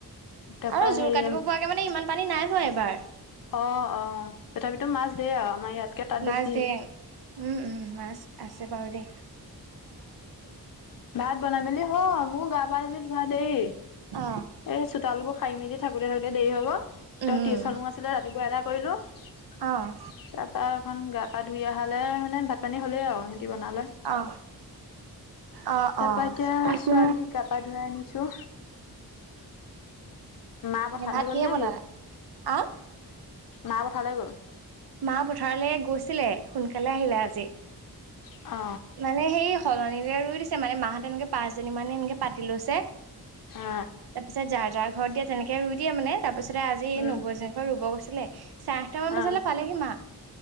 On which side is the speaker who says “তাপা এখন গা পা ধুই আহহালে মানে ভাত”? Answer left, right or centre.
Left